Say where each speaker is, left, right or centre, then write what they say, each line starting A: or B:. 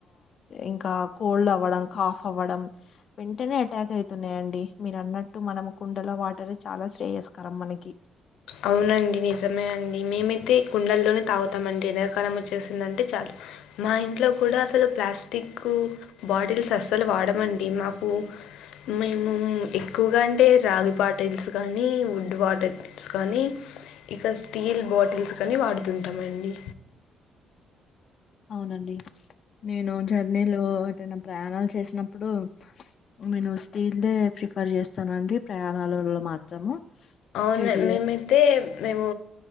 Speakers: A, on the left (about 55°); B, on the left (about 80°).
A: ఇంకా కోల్డ్ అవ్వడం కాఫ్ అవ్వడం వెంటనే అటాక్ అయితున్నాయండి మీరు అన్నట్టు మనము కుండల వాటరు చాలా శ్రేయస్కరం మనకి
B: అవునండి నిజమే అండి మేమైతే కుండల్లోనే తాగుతామండి ఎండడాకాలం వచ్చేస దంటే చాలు మా ఇంట్లో కూడా అసలు ప్లాస్టిక్ బాటిల్ అస్సలు వాడమండి మాకు మేము ఎక్కువగా అంటే రాగి బాటిల్స్ కానీ వుడ్ వాటర్ కానీ ఇక స్టీల్ బాటిల్స్ కానీ వాడుతుంటామండి
A: అవునండి నేను జర్నీలో వాడడం ప్రయాణాలు చేసినప్పుడు నేను స్టీల్దే ప్రిఫర్ చేస్తానండి ప్రయాణాలలో మాత్రము
B: అవున
A: స్టీల్
B: మేమైతే మేము